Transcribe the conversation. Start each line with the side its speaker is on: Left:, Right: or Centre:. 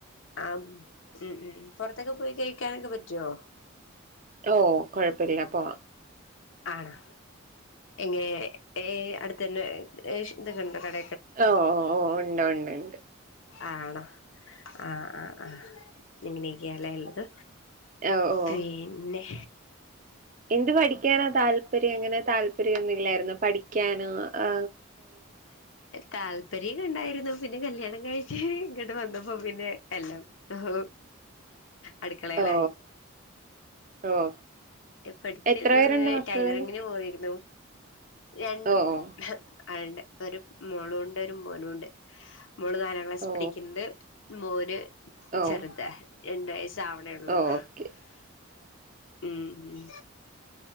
Left: ആ ഉം ഉ പുൊറത്തൊക്കെ പോയി കഴിക്കാനൊക്കെ പറ്റുവോ
Right: ഓ കൊഴപ്പമില്ല പോ
Left: ആണോ എങ്ങനെ അടുത്ത തന്നെ് ഇതൊക്കെണ്ട് കട
Right: ഓ ഓ ഓ ഉണ്ട് ഉണ്ട് ഉണ്ട്
Left: ആണോ ആ ആ ആ നിങ്ങനേക്കല്ലേല്ലത്
Right: ഓ ഓ
Left: പിന്നെ
Right: എന്ത് പഠിക്കാനാ താല്പര്യം എങ്ങനെ താല്പര്യംൊന്നുമില്ലായിരുന്നോ പഠിക്കാനോ ആ
Left: താല്പര്യം ഉണ്ടായിരുന്നു പിന്നെ കല്യാണം കഴട്ട് ഇങ്ങോട്ട് വന്നപ്പോ പിന്നെ എല്ലാം ഓ അടുക്കളയിലായി
Right: ഓ ഓ ഓ
Left: പഠിച്ച
Right: എത്ര
Left: <unintelligible>
Right: പേരുണ്ട് മക്കള്
Left: ടൈലറിങ്ങിന് പോയിരുന്നു രണ്ടും
Right: ഓ ഓ
Left: ആളുടെ ഒരു മോളുംണ്ട് ഒരു മോനുംണ്ട് മോള് നാലാം ക്ലാസ്
Right: ഓ
Left: പഠിക്കുന്നത് മൂന്ന്
Right: ഓ
Left: ചെറുതാ രണ്ട വയസ് അവിടെയള്ളൂ
Right: ഓ
Left: <inaudible>
Right: ഓക്കെ
Left: <unintelligible> ഉ ഉ